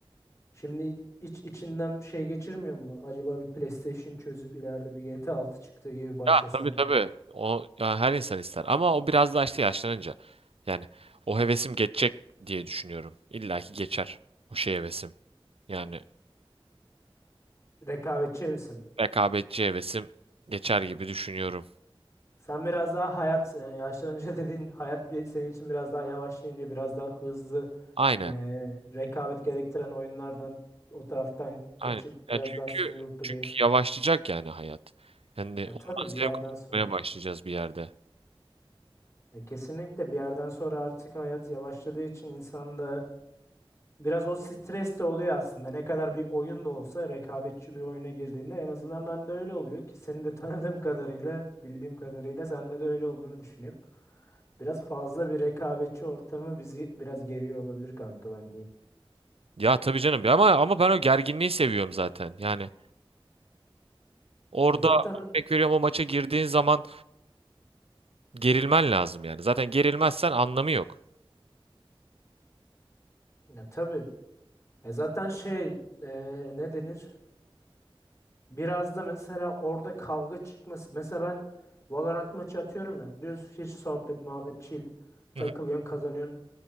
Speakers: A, on the left; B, on the right.
A: Şimdi iç içinden şey geçirmiyor mu? Acaba bir PlayStation çözüp ileride bir GTA 6 çıktığı gibi başlasam
B: Ya tabii tabii.
A: diye.
B: O ya her insan ister ama o biraz daha işte yaşlanınca. Yani o hevesim geçecek diye düşünüyorum. İlla ki geçer o şey hevesim. Yani
A: Rekabetçi hevesim.
B: rekabetçi hevesim geçer gibi düşünüyorum.
A: Sen biraz daha hayat e, yaşlanınca <laughs> dediğin hayat bir senin için biraz daha yavaşlayınca biraz daha hızlı
B: Aynen.
A: e, rekabet gerektiren oyunlardan o taraftan kaçıp
B: Aynen.
A: biraz
B: Ya çünkü
A: daha single player.
B: çünkü yavaşlayacak yani hayat. Yani
A: Ya
B: ondan
A: tabii bir yerden
B: zevk
A: sonra.
B: almaya başlayacağız bir yerde.
A: Ya kesinlikle bir yerden sonra artık hayat yavaşladığı için insan da Biraz o stres de oluyor aslında. Ne kadar bir oyun da olsa rekabetçi bir oyuna girdiğinde en azından ben de öyle oluyor ki seni de tanıdığım <laughs> kadarıyla, bildiğim kadarıyla sende de öyle olduğunu düşünüyorum. Biraz fazla bir rekabetçi ortamı bizi biraz geriyor olabilir kanka ben diyeyim.
B: Ya tabii canım. Ya ama ama ben o gerginliği seviyorum zaten. Yani orada
A: E zaten
B: örnek veriyorum o maça girdiğin zaman gerilmen lazım yani. Zaten gerilmezsen anlamı yok.
A: ya tabii e zaten şey e, ne denir? Biraz da mesela orada kavga çıkması. Mesela ben Valorant maçı atıyorum ya. Düz hiç sohbet, muhabbet, chill. Takılıyorsun,
B: Hı hı.
A: kazanıyorsun.